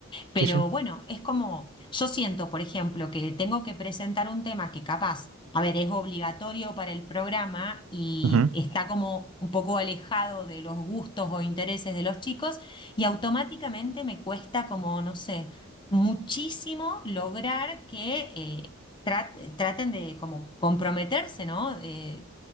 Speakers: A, on the left; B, on the right.
A: Pero
B: Sí, sí.
A: bueno, es como, yo siento, por ejemplo, que tengo que presentar un tema que capaz, a ver, es obligatorio para el programa y
B: Ujú,
A: está como un poco alejado de los gustos o intereses de los chicos y automáticamente me cuesta como, no sé, muchísimo lograr que eh, trat- traten de como comprometerse, ¿no? Eh,